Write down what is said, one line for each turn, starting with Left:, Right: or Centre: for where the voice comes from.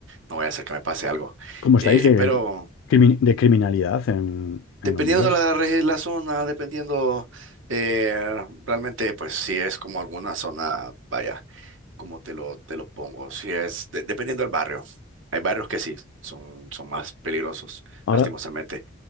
Right: no voy a hacer que me pase algo.
Left: ¿Cómo estáis
Right: Eh,
Left: de,
Right: pero
Left: crimi- de criminalidad en,
Right: dependiendo
Left: en Honduras?
Right: la, re- la zona, dependiendo, eh, realmente pues si es como alguna zona, vaya, como te lo, te lo pongo, si es, de- dependiendo del barrio. Hay barrios que sí, son, son más peligrosos,
Left: Ahora,
Right: lastimosamente.